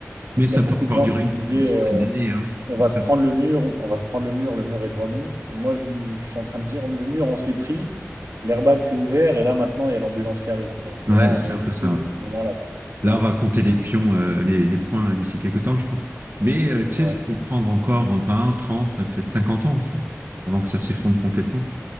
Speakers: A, on the right (about 50°); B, on the right (about 85°).
A: Mais ça
B: il y a beaucoup
A: peut encore
B: de gens
A: durer
B: qui
A: une,
B: me disaient.
A: une centaine
B: euh,
A: d'années, hein.
B: On
A: C'est
B: va
A: ça.
B: se prendre le mur, on va se prendre le mur, le mur est devant nous. Moi, je, je suis en train de dire, le mur, on se l'est pris, l'airbag s'est ouvert, et là, maintenant, il y a l'ambulance qui arrive, quoi. Et
A: Ouais,
B: là, on
A: c'est
B: est
A: un
B: plutôt
A: peu ça.
B: dans
A: ouais.
B: ce moment-là, quoi.
A: Là,
B: Ouais,
A: on va compter les pions, euh, les, les points là, d'ici quelques temps, je pense. Mais euh, tu sais,
B: ouais.
A: ça peut prendre encore 20, 30, peut-être 50 ans, tu vois, avant que ça s'effondre complètement.